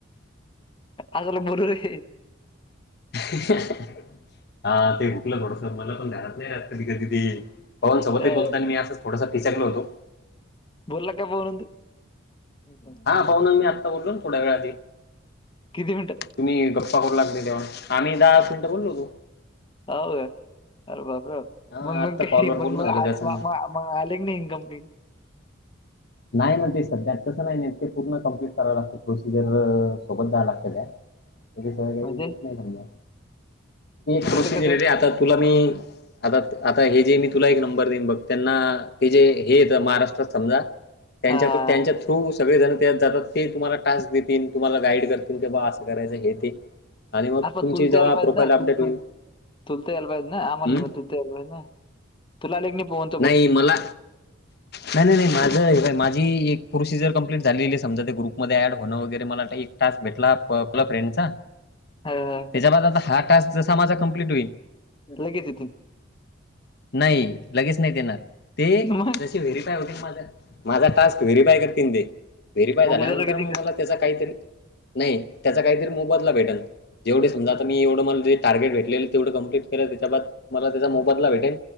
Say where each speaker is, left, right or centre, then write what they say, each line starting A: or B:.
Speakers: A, on the left (about 25°); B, on the left (about 55°).
A: आदु ला <unintelligible>
B: <inaudible> हा ते हुकलं थोडस मल पण ध्यानात नाही राहत कधी कधी ते. पवन सोबतही
A: अ,
B: बोलतानी मी असं थोडस फिसकल होतो.
A: बोलला का बनून <unintelligible>
B: होन मी आता बोलोन थोड्या वेळा आधी
A: किती मिनिटं
B: तुम्ही गप्पा करू लागले तेव्हा, आम्ही दहा मिनटं बोललोतो.
A: हो का, अर बापरे बाप
B: हा
A: मग
B: आत्ता
A: मग का
B: कॉलवर बोलणं
A: मग मग
B: झालं त्याच्यानं
A: <unintelligible> मग आले की नाही इनकंप्लीट
B: नाही न, ते संध्या तसं नाही नेत ते पूर्ण कम्प्लीट करावं लागतं. प्रोसिजर सोबत जा लागतं त्या <inaudible> <unintelligible> समजा
A: म्हणजे
B: ती एक प्रोसिजर
A: कसं कसं?
B: आहे रे आता तुला मी आता आता हे जे मी तुला एक नंबर देईन बघ त्यांना ते जे हे येतं महाराष्ट्रात समजा त्यांच्याकून
A: हां,
B: त्यांच्या थ्रू तू सगळे जण त्या जातात ते तुम्हाला टास्क देतील. तुम्हाला गाईड करतील. क बा असं करायचं हे ते आणि मग
A: आप
B: तुमची
A: तुले
B: जेव्हा
A: त याल पाहिजे
B: प्रोफाईल
A: होता.
B: अपडेट
A: तुल
B: होईल
A: तुल तुलते याल पाहिजे ना, आमला
B: हम्म?
A: <unintelligible> तुला आले कि नाही फोन.
B: नाही मला नाही नाही नाही माझं हेवाय माझी एक प्रोसिजर कम्प्लीट झालेली आहे समजा, ते ग्रुपमध्ये ऍड होणं वगैरे मला काही टास्क भेटला. <unintelligible> फ्रेंड चा
A: हा, हा.
B: त्याच्या बाद आता हा टास्क जसा माझा कंप्लीट होईल.
A: लगेच येते
B: नाही लगेच नाही देणार. ते
A: मग
B: जसे व्हेरीफाय होतीन माझा, माझा टास्क व्हेरीफाय करतील ते. व्हेरीफाय
A: मग
B: झाल्यानंतर
A: उद्याला लगेच
B: मग
A: येईन
B: मला त्याचा काहीतरी नाही त्याचा काहीतरी मोबदला भेटल. जेवढे
A: का
B: समजा आता मी एवढं मले जे टार्गेट भेटलेले तेवढं कंप्लीट केलं. त्याच्या बाद मला त्याचा मोबदला भेटेन.